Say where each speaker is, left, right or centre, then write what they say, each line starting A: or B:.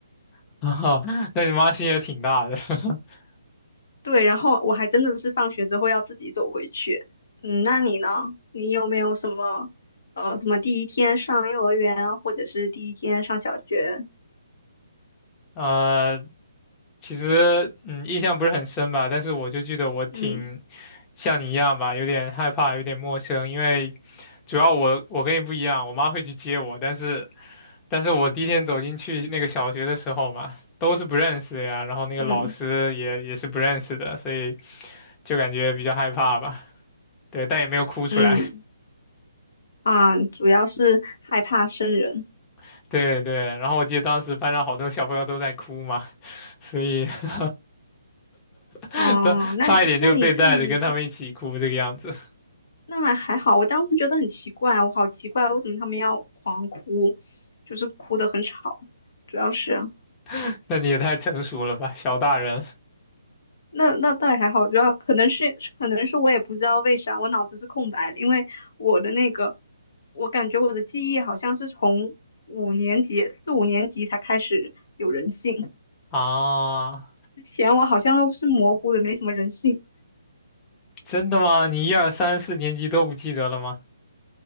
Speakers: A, on the left; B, on the left.
A: <laughs> 啊，那你妈心也挺大的。<laughs>
B: 对，然后我还真的是放学之后要自己走回去。嗯，那你呢？你有没有什么呃什么第一天上幼儿园，或者是第一天上小学？
A: 呃，其实嗯，印象不是很深吧，但是我就记得我挺
B: 嗯
A: 像你一样吧，有点害怕，有点陌生，因为主要我我跟你不一样，我妈会去接我，但是但是我第一天走进去那个小学的时候嘛，都是不认识的呀，然后那个老师也也是不认识的，
B: 嗯
A: 所以就感觉比较害怕吧，对，但也没有哭出来，
B: 嗯啊，主要是害怕生人。
A: <laughs> 对对，然后我记得当时班上好多小朋友都在哭嘛，所以 <laughs> <laughs>
B: 哦，
A: 他差一点就被带着跟他们一起哭这个样子。
B: 那你那你对于那还好，我当时觉得很奇怪，我好奇怪，为什么他们要狂哭，就是哭得很吵，主要是。
A: <laughs> 那你也太成熟了吧，小大人
B: 那那倒也还好，主要可能是可能是我也不知道为啥我脑子是空白的，因为我的那个，我感觉我的记忆好像是从五年级四五年级才开始有人性，
A: 啊！
B: 之前我好像都是模糊的，没什么人性。
A: 真的吗？你一二三四年级都不记得了吗？